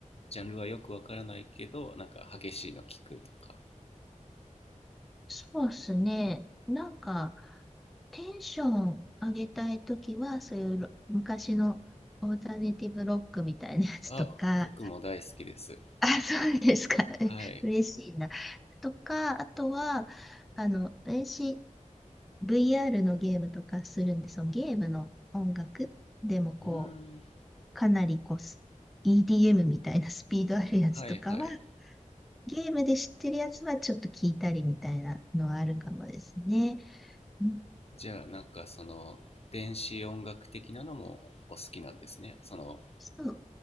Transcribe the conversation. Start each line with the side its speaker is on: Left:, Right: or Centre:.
Left: ジャンルはよくわからないけどなんか激しいの聞くとか
Centre: そうっすね。なんか、テンション上げたいときは、そういうロ昔のオルタネティブロックみたいなやつとか、
Left: あ僕も大好きです
Centre: あ、そうですか。<laughs>
Left: はい
Centre: 嬉しいな。とか、あとは、あの、私、VR のゲームとかするんで、そのゲームの音楽でも、こう、
Left: うーん
Centre: かなりこう、す EDM みたいな <laughs> スピードあるやつとかは、
Left: はいはい
Centre: ゲームで知ってるやつはちょっと聞いたりみたいなのはあるかもですね。うん、
Left: じゃあなんかその電子音楽的なのもお好きなんですねその
Centre: そう。